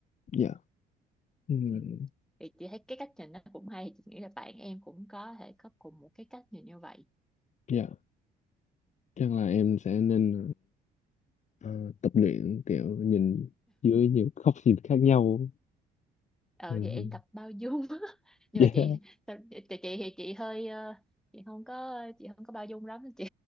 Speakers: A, on the left; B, in the centre.
A: dạ Ừm,
B: ừ. thì chị thấy cái cách nhìn nó cũng hay chị nghĩ là bạn em cũng có thể có cùng một cái cách nhìn như vậy
A: dạ chắc là em sẽ nên ờ, ờ, tập luyện kiểu nhìn dưới nhiều góc nhìn khác nhau
B: ờ
A: Ừm,
B: thì em tập bao dung <laughs> nhưng
A: yeah
B: mà chị tập- chị chị thì chị hơi ờ, chị không có chị không có bao dung lắm chị